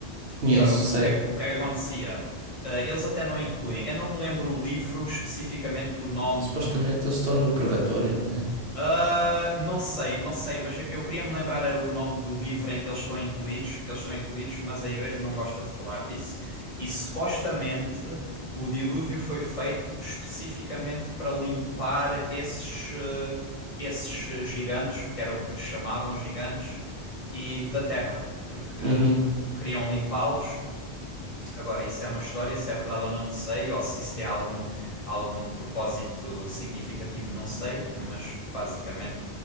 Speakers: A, on the right; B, on the left.
A: Conheço,
B: E ora, o,
A: sei.
B: o que é que, o que é que acontecia? Ah, eles até não incluem. Eu não me lembro o livro, especificamente o nome
A: Supostamente
B: de,
A: eles estão no purgatório, não é?
B: ah, não sei, não sei, mas eu, eu queria me lembrar era o nome do livro em que eles estão incluídos, porque eles estão incluídos, mas a igreja não gosta de falar disso. E supostamente o dilúvio foi feito especificamente para limpar esses, eh, esses eh, gigantes, porque era o que lhes chamavam gigantes, e da terra, porque,
A: Uhum.
B: porque queriam limpá-los Agora, isso é uma história, se é verdade ou não, não sei, ou se isso tem algum, algum propósito significativo, não sei, mas basicamente